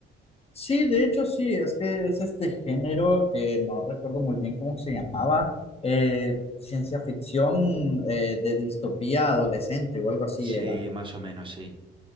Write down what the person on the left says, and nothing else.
Sí, de hecho sí, es que es este género que no recuerdo muy bien cómo se llamaba, eh, ciencia ficción eh, de distopía adolescente o algo así
era.